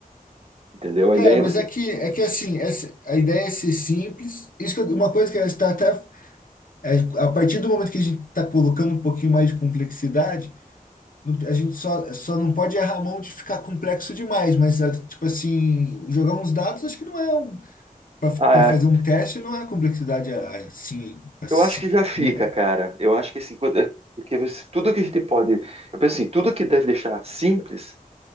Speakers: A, on the right (about 45°); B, on the left (about 65°).
A: Entendeu? A
B: Cara,
A: ideia
B: mas
A: é você.
B: é que, é que assim, essa, a ideia é ser simples. Isso que eu- uma coisa que está até, é, a partir do momento que a gente está colocando um pouquinho mais de complexidade, Não- A gente só, só não pode errar a mão de ficar complexo demais, mas, ah, tipo assim, jogar uns dados acho que não é um.
A: Ah,
B: Para fazer um teste não é complexidade ah, assim. assim
A: eu acho que já fica,
B: um, ah,
A: cara. Eu acho que assim, quando- é, porque você- tudo que a gente pode. Eu penso assim, tudo que deve deixar simples